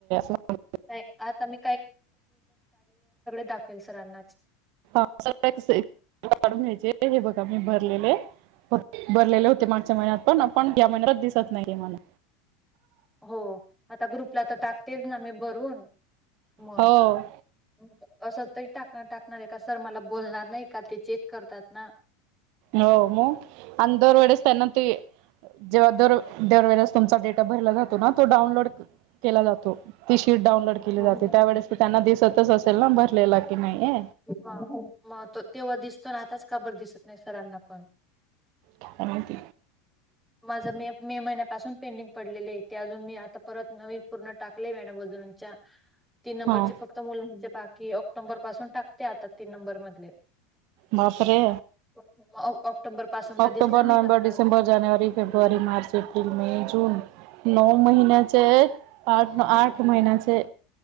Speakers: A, on the right; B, in the centre.
A: <inaudible>
B: काय आत मी दाखवेल सरांनाच
A: काढून घ्यायचे हे बघा मी भरलेले भरलेले होते मागच्या महिन्यात पण आपण या महिन्यातच दिसत नाहीे मला
B: हो आता ग्रुप आपला तर टाकतेच ना मी भरून मग
A: हो
B: असं तरी टाक टाकणार आहे का सर मला बोल णार नाही का ते चेक करतात ना
A: हो मग अंधोर वेळेस त्यांना त जेव्हादोर दरवेेळेस तुमचा डेटा भरला जातो ना तो डाउनलोड केला जातो ति कि डानलोड केली
B: हो
A: जाते
B: मग
A: त्यावेळेस ते त्यांना सत स असला भरलेला नाही
B: ह मग त तेव्हा दिसतो ना आताच काबर दिसत नाही सरांना हय
A: आणि मा त
B: माझं मे मे महिन्यापासून पेंडिंग पडलेले ते अजून मी आता परत नवीन पूर्ण टाकले मॅडम अजूनच्या तीन नंबरचे
A: हा
B: फक्त मुलां पाक की ऑक्टोंबर पासून टाकते आता तीन नंबर मधले
A: बापरे
B: <unintelligible> ऑक््टोंबर पासून का
A: ऑक्टोबर
B: दिसलं
A: नोव्हेंबर
B: नाही कार
A: डिसेंबर जानेवारी फेब्रवारी मार्च एप्रिल मे जन नो महिनाचे पाच न आठ महिनाचे